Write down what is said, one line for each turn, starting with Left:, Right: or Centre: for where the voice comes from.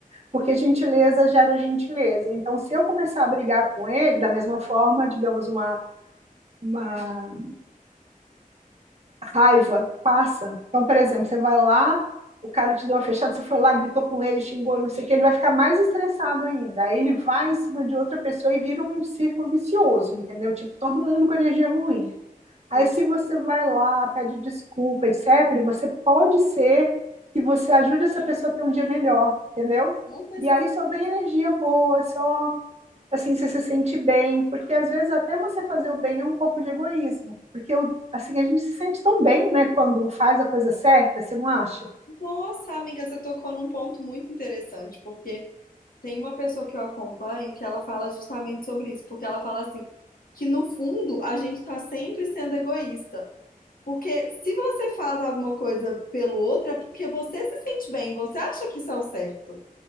Right: porque gentileza gera gentileza. Então, se eu começar a brigar com ele, da mesma forma, digamos, uma, uma raiva passa. Então, por exemplo, você vai lá, o cara te deu uma fechada, você foi lá, gritou com ele, xingou, não sei o que, ele vai ficar mais estressado ainda. Aí ele vai em cima de outra pessoa e vira um círculo vicioso, entendeu? Tipo, todo mundo com energia ruim. Aí,
Left: É,
Right: se você vai lá, pede desculpa, etc., você pode ser que você ajude essa pessoa a ter um dia melhor, entendeu?
Left: Conta esses-
Right: E aí só vem energia boa, só assim, você se sente bem, porque às vezes até você fazer o bem é um pouco de egoísmo, porque assim, a gente se sente tão bem, né, quando faz a coisa certa, você não acha?
Left: Nossa, amiga, você tocou num ponto muito interessante, porque tem uma pessoa que eu acompanho que ela fala justamente sobre isso, porque ela fala assim, que no fundo a gente está sempre sendo egoísta, porque se você faz alguma coisa pelo outro é porque você se sente bem, você acha que isso é o certo.